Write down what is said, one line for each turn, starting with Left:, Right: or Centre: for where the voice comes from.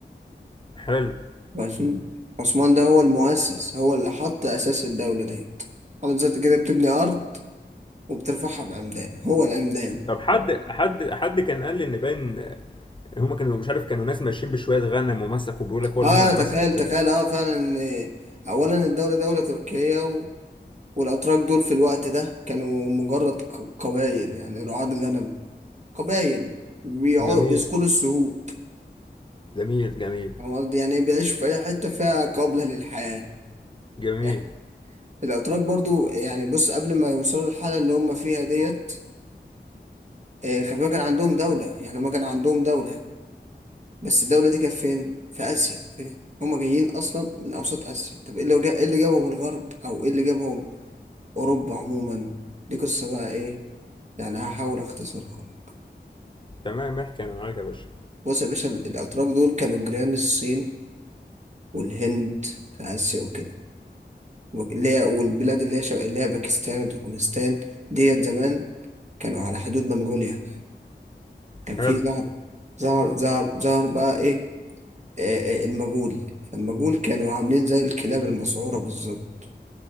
Left: حلو
Right: ماشي عثمان ده هو المؤسس هو اللي حط أساس الدولة ديت حضرتك زي كده بتبني أرض وبترفعها بعمدان هو العمدان
Left: طب حد حد حد كان قال لي ان باين هم كانوا مش عارف كانوا ناس ماشيين بشويه غنم ومسكوا بيقول لك هو
Right: اه
Left: هم اللي
Right: تخيل
Left: مسكوا البلد
Right: تخيل اه فعلا ان أولا الدولة دولة تركية و... والأتراك دول في الوقت ده كانوا مجرد ق- قبائل يعني رعاة غنم قبائل بيعو...
Left: جميل
Right: بيسكنوا السهوب
Left: جميل جميل
Right: فاهم قصدي؟ يعني بيعيشوا في أي حتة فيها قابلة للحياة
Left: جميل
Right: <laughs> الأتراك برضو يعني بص قبل ما يوصلوا للحالة اللي هم فيها ديت آه، خلي بالك كان عندهم دولة يعني هم كان عندهم دولة بس الدولة دي كانت فين؟ في آسيا كده هم جايين أصلا من أوسط آسيا طب إيه اللي جا... إيه اللي جابهم الغرب أو إيه اللي جابهم أوروبا عموما دي قصة بقى إيه يعني هحاول أختصرها لك.
Left: تمام احكي انا معاك يا باشا
Right: بص يا باشا ال- الأتراك دول كانوا جيران الصين والهند في آسيا وكده وك- اللي هي والبلاد اللي هي شا- اللي هي باكستان وتركمانستان ديت زمان كانوا على حدود منغوليا كان
Left: حلو
Right: في زهرة زهر زهر زهر بقى إيه آه، آه، المجهول فالمجهول كانوا عاملين زي الكلاب المسعورة بالظبط